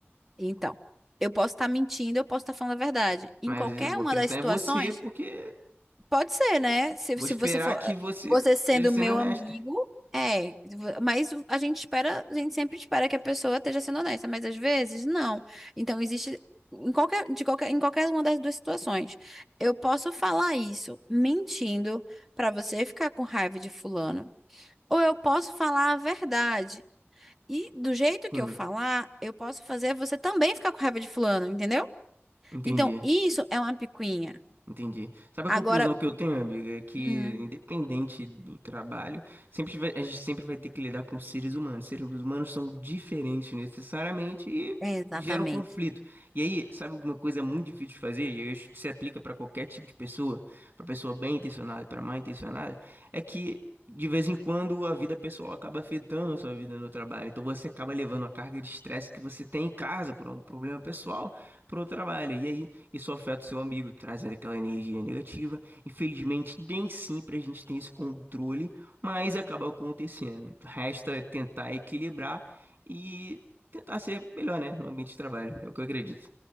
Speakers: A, in the centre; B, on the right.
A: Então, eu posso estar mentindo, eu posso estar falando a verdade. Em
B: Mas
A: qualquer
B: eu vou
A: uma
B: acreditar
A: das situações.
B: em você porque
A: Pode ser, né? Se,
B: Vou
A: se
B: esperar
A: você for,
B: que
A: eh,
B: você
A: você sendo
B: esteja sendo
A: meu
B: honesta.
A: amigo, é, mas a gente espera, a gente sempre espera que a pessoa esteja sendo honesta, mas às vezes não. Então existe em qualquer, de qualquer, em qualquer uma das duas situações. Eu posso falar isso mentindo pra você ficar com raiva de fulano, ou eu posso falar a verdade. E do jeito
B: Sim,
A: que eu falar, eu posso fazer você também ficar com raiva de fulano, entendeu?
B: entendi.
A: Então, isso é uma picuinha.
B: Entendi. Sabe
A: Agora,
B: a conclusão que eu tenho, amiga? É que,
A: hum,
B: independente do trabalho, sempre vai- a gente sempre vai ter que lidar com seres humanos. Seres humanos são diferentes necessariamente e
A: é exatamente.
B: geram conflito. E aí, sabe alguma coisa muito difícil de fazer? E eu acho que se aplica para qualquer tipo de pessoa, para pessoa bem intencionada e para mal intencionada, é que de vez em quando a vida pessoal acaba afetando a sua vida no trabalho. Então você acaba levando a carga de estresse que você tem em casa por um problema pessoal para o trabalho. E aí isso afeta o seu amigo, traz ali aquela energia negativa. Infelizmente, nem sempre a gente tem esse controle, mas acaba acontecendo. Resta tentar equilibrar e tentar ser melhor, né, no ambiente de trabalho. É o que eu acredito.